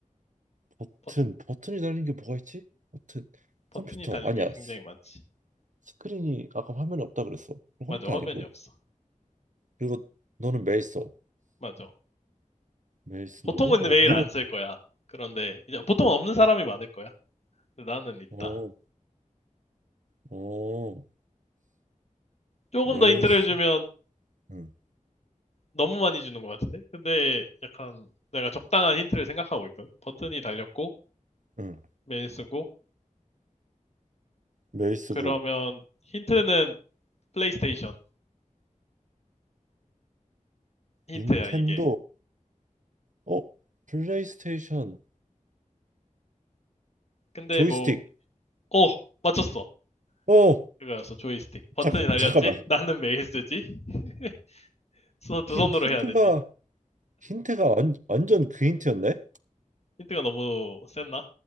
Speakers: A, on the right (about 65°); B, on the left (about 50°).
A: 버튼,
B: 버,
A: 버튼이 달린 게 뭐가 있지? 버튼,
B: 버튼이
A: 컴퓨터.
B: 달린
A: 아니야.
B: 게 굉장히
A: 스-
B: 많지.
A: 스크린이 아까 화면에 없다 그랬어. 그럼
B: 맞아.
A: 컴퓨터
B: 화면이
A: 아니고.
B: 없어.
A: 그리고 너는 메일 써.
B: 맞아.
A: 메일 쓴다고?
B: 보통은
A: 어,
B: 매일
A: 미역.
B: 안 쓸 거야. 그런데 이제 보통 없는 사람이 많을 거야. 근데 나는 있다.
A: 어, 어,
B: 조금
A: 메일
B: 더 힌트를
A: 쓰.
B: 주면
A: 응,
B: 너무 많이 주는 것 같은데? 근데 약간 내가 적당한 힌트를 생각하고 있거든. 버튼이 달렸고,
A: 응.
B: 메일 쓰고,
A: 메일 쓰고.
B: 그러면 힌트는 플레이스테이션 힌트야,
A: 닌텐도.
B: 이게.
A: 어, 플레이스테이션.
B: 근데
A: 조이스틱.
B: 뭐, 오! 맞췄어.
A: 어,
B: 그거였어, 조이스틱. 버튼이
A: 잠깐,
B: 달렸지?
A: 잠깐만.
B: 나는 메일 쓰지? <laughs> 손- 두
A: 힌,
B: 손으로
A: 힌트가
B: 해야 되지.
A: 힌트가 완, 완전 그 힌트였네.
B: 힌트가 너무 셌나?